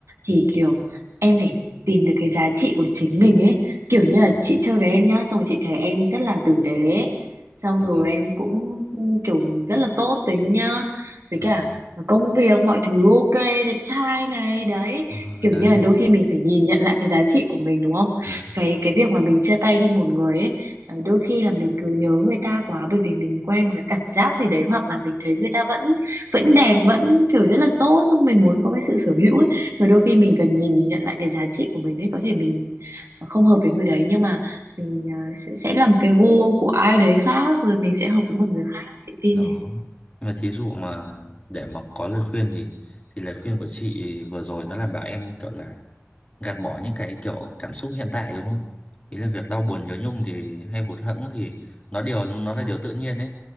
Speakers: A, on the left; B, on the right.
A: ừ.
B: thì kiểu em phải tìm được cái giá trị của chính mình ấy. Kiểu như
A: ờ,
B: là chị chơi với em nhá, xong rồi chị thấy em rất là tử tế ấy. Xong
A: ờ,
B: rồi em cũng kiểu rất là tốt tính nhá. Với
A: ờ,
B: cả công việc, mọi thứ ok, đẹp trai này, đấy.
A: ờ,
B: Kiểu
A: đấy
B: như là đôi khi mình phải nhìn nhận lại cái giá trị của mình đúng không?
A: ờ,
B: Cái cái việc mà mình chia tay đi một người ấy, ờ, đôi khi là mình cứ nhớ người ta quá bởi vì mình quen một cái cảm giác gì đấy hoặc là mình thấy người ta vẫn
A: ờ,
B: vẫn đẹp vẫn kiểu rất là tốt xong mình muốn có cái sự sở hữu ấy mà đôi khi mình cần nhìn nhận lại cái giá trị của mình ấy có thể mình ờ, không hợp với người đấy nhưng mà mình à, sẽ, sẽ làm cái gu của ai đấy khác rồi mình sẽ hợp với một người khác chị tin
A: đó
B: thế
A: Nhưng mà thí dụ mà để mà có lời khuyên thì thì lời khuyên của chị vừa rồi nó là bảo em kiểu là gạt bỏ những cái kiểu cảm xúc hiện tại đúng không ý là việc đau buồn nhớ nhung thì hay hụt hẫng thì nó điều nó là điều tự nhiên đấy